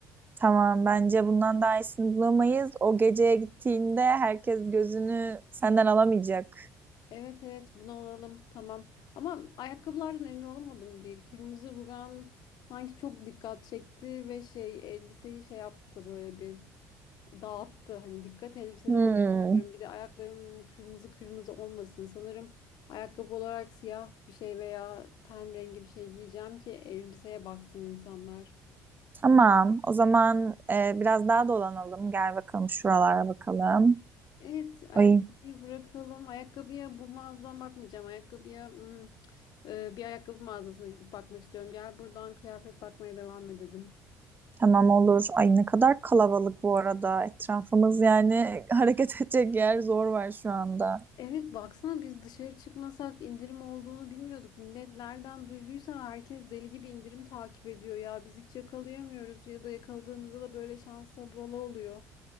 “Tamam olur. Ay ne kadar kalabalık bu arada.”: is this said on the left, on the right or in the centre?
Right